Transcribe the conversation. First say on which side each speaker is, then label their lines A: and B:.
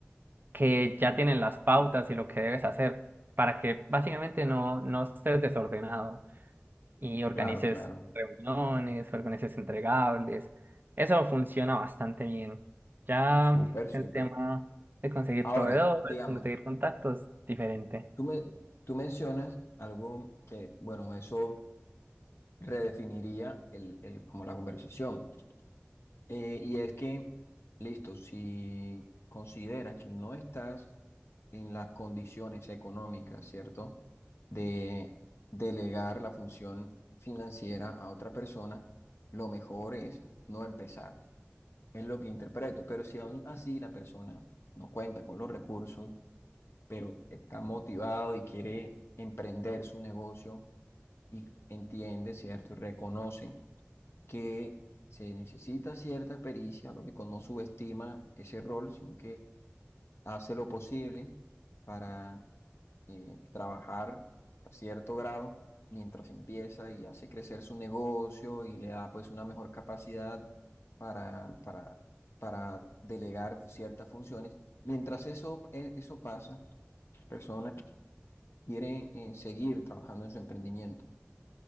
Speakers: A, on the right; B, on the left.
A: que ya tienen las pautas y lo que debes hacer para que básicamente no, no estés desordenado y organices
B: Claro, claro.
A: reuniones, organices entregables. Eso funciona bastante bien. Ya
B: Súper, súper.
A: el tema de conseguir
B: Ahora,
A: proveedores,
B: digamos,
A: conseguir contactos, diferente.
B: tú me, tú mencionas algo que, bueno, eso redefiniría el, el, como la conversación. Eh, y es que, listo, si considera que no estás en las condiciones económicas, ¿cierto? De delegar la función financiera a otra persona, lo mejor es no empezar. Es lo que interpreto. Pero si aún así la persona no cuenta con los recursos, pero está motivado y quiere emprender su negocio y entiende, ¿cierto? Y reconoce que se necesita cierta pericia, lógico, no subestima ese rol, sino que hace lo posible para eh, trabajar a cierto grado mientras empieza y hace crecer su negocio y le da pues una mejor capacidad para, para, para delegar ciertas funciones. Mientras eso, eh, eso pasa, personas quieren eh, seguir trabajando en su emprendimiento